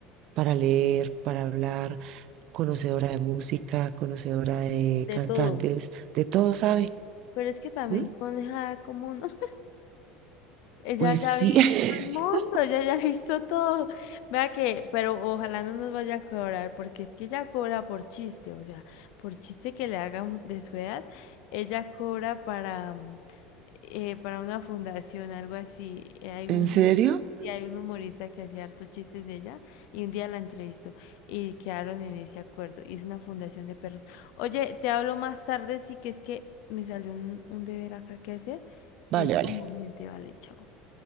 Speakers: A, on the right; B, on the left.
A: para leer, para hablar, conocedora de música, conocedora de
B: de
A: cantantes,
B: todo.
A: de todo sabe.
B: Pero es que también
A: ¿Mm?
B: con esa como no <laughs> ella
A: Pues
B: ya
A: sí,
B: vivió
A: <laughs>
B: el mundo, ella ya <laughs> ha visto todo. Vea que, pero ojalá no nos vaya a cobrar, porque es que ella cobra por chiste, o sea, por chiste que le hagan de su edad, ella cobra para, mm, eh, para una fundación, algo así. eh, hay
A: ¿en
B: un
A: serio?
B: humorista, hay un humorista que hacía hartos chistes de ella y un día la entrevistó y quedaron en ese acuerdo. Hizo una fundación de perros. Oye, te hablo más tarde, sí que es que me salió un, un deber acá que hacer
A: Vale,
B: y es
A: vale.
B: como urgente, vale, chao.